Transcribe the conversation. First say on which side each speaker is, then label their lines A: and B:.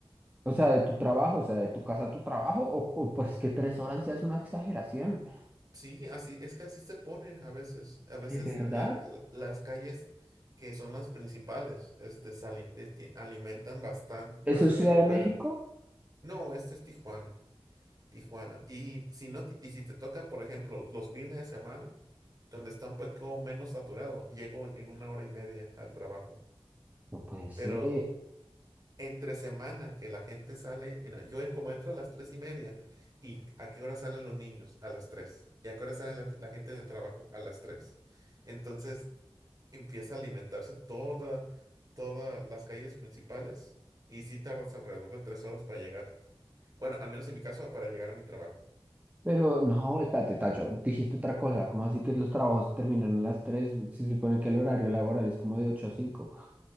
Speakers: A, on the right; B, on the right.
A: o sea, de tu trabajo, o sea, de tu casa a tu trabajo, o, o pues que tres horas ya es una exageración,
B: Sí, así es que así se pone a veces. A veces
A: ¿de verdad?
B: eh, la- las calles que son las principales, este, se ali- este, alimentan bastante
A: ¿Eso
B: más de
A: es
B: lo
A: Ciudad
B: que pueden.
A: de México?
B: No, este es Tijuana, Tijuana. Y si no, te- y si te toca, por ejemplo, los fines de semana, donde está un poco menos saturado, llego en, en una hora y media al trabajo.
A: No puede ser.
B: Pero lo- entre semana que la gente sale, en yo en- como entro a las tres y media, ¿y a qué hora salen los niños? A las tres. ¿Y a qué hora salen la, la gente del trabajo? A las tres. Entonces empieza a alimentarse toda, todas las calles principales y sí tardas alrededor de tres horas para llegar. Bueno, al menos en mi caso, para llegar a mi trabajo.
A: Pero no, espérate, Tacho, dijiste otra cosa. ¿Cómo así que los trabajos se terminan a las 3? Se supone que el horario laboral es como de ocho a cinco